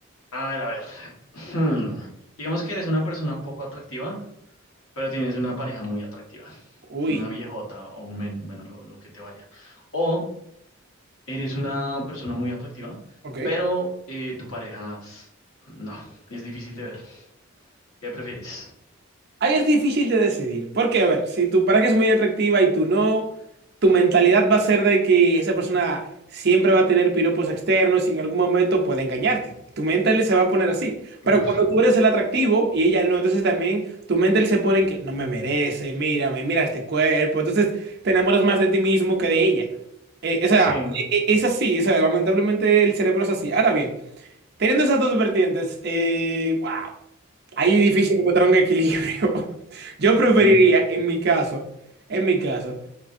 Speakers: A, on the left; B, on the right.
A: A ver, a ver. Hmm. Digamos que eres una persona poco atractiva, pero tienes una pareja muy atractiva,
B: Uy,
A: una viejota o un men, bueno, lo, lo que te vaya. O eres una persona muy atractiva,
B: ok.
A: pero eh, tu pareja, no, es difícil de ver. ¿Qué prefieres?
B: Ahí es difícil de decidir, porque a ver, si tu pareja es muy atractiva y tú no, tu mentalidad va a ser de que esa persona siempre va a tener piropos externos y en algún momento puede engañarte. Tu mental se va a poner así. Pero
A: Uf,
B: cuando tú eres el atractivo y ella no, entonces también tu mental se pone en que no me merece, mírame, mira este cuerpo. Entonces te enamoras más de ti mismo que de ella. Eh, o sea,
A: sí,
B: e- e- es así, o sea, lamentablemente el cerebro es así. Ahora bien. Teniendo esas dos vertientes, eh, wow, ahí es difícil encontrar un equilibrio. <laughs> Yo
A: sí,
B: preferiría,
A: men,
B: en mi caso, en mi caso,